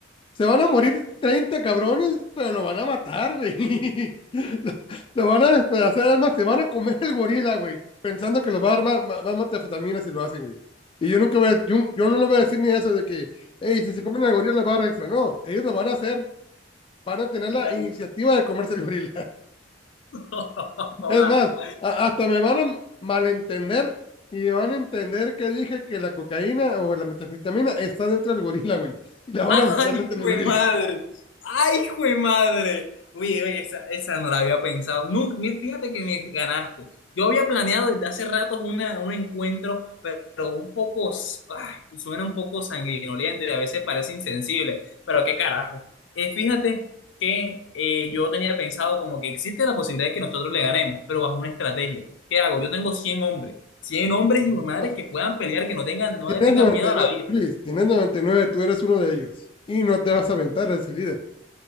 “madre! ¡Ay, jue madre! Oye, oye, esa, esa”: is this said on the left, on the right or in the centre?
Left